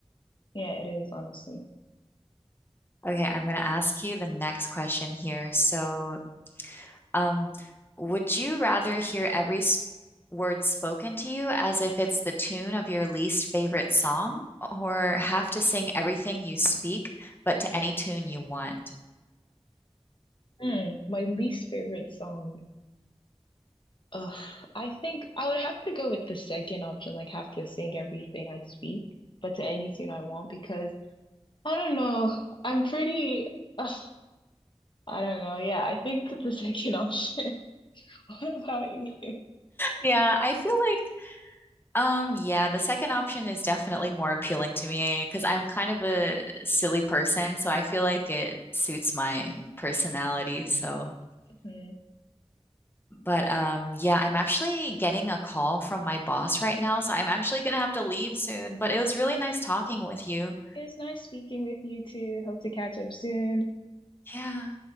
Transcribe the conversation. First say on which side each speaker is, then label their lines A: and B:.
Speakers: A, on the left; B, on the left.
A: Yeah, it is honestly.
B: Okay, I'm going to ask you the next question here. So, um, would you rather hear every s word spoken to you as if it's the tune of your least favorite song, or have to sing everything you speak, but to any tune you want?
A: Mm, my least favorite song. Ugh, I think I would have to go with the second option, like have to sing everything I speak, but to any tune I want because I don't know. I'm pretty ugh, I don't know. Yeah, I think the second option. <laughs> What about you?
B: Yeah, I feel like Um, yeah, the second option is definitely more appealing to me because I'm kind of a silly person, so I feel like it suits my personality. So,
A: Mhm.
B: but um, yeah, I'm actually getting a call from my boss right now, so I'm actually gonna have to leave soon, but it was really nice talking with you.
A: It was nice speaking with you too. Hope to catch up soon.
B: Yeah.